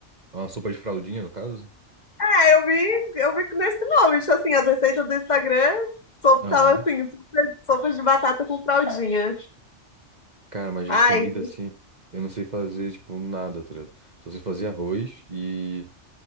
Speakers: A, on the right; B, on the left.
A: É Uma sopa de fraldinha, no caso?
B: é, eu vi, eu vi nesse nome, tipo assim, as receitas do Instagram so,
A: Aham.
B: tava assim, sopa, sopa de batata com fraldinha.
A: Cara, mas
B: Ai,
A: de comida assim, eu não sei fazer, tipo, nada, tá ligado? Só sei fazer arroz e